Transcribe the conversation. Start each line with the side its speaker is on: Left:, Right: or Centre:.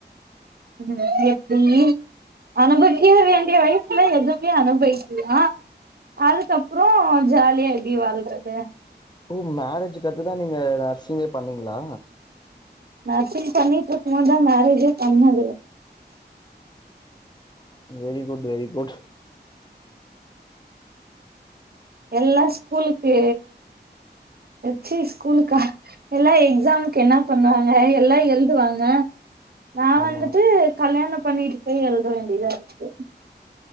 Right: ம் ஹும் எப்டி அனுபக்க வேண்டிய வயசுல எதுவுமே அனுபவிக்ல அதுக்கு அப்புறோ ஜாலியா எப்டி வாழ்றது
Left: ஓ மேரேஜ்க்கு அடுத்துதா நீங்க நர்சிங்கே பண்ணிங்ளா
Right: நர்சிங் பண்ணிட்ருக்கும் போதுதா மேரேஜே பண்ணது
Left: வெரி குட் வெரி குட்
Right: எல்லா ஸ்கூலுக்கு ச்சி ஸ்கூலுக்கா எல்லா எக்ஸாம்க்கு என்னா பண்ணுவாங்க எல்லா எழுதுவாங்க நா
Left: ஆமா
Right: வந்துட்டு கல்யாணம் பண்ணிட்டு போய் எழுத வேண்டியதாருக்கு